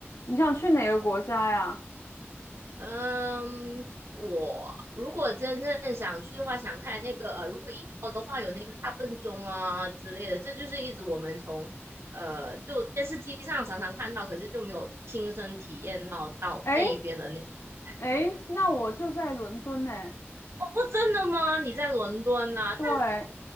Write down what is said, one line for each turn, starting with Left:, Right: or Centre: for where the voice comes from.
Left: 你想去哪个国家呀？
Right: 嗯，我如果真正想去的话，想看那个呃，如果英国的话，有那个大笨钟啊之类的，这就是一直我们从呃就电视机上常常看到，可是就没有亲身体验到到那一边的那个感觉。
Left: 诶诶，那我就在伦敦呢。
Right: 哦，真的吗？你在伦敦啊？那
Left: 对，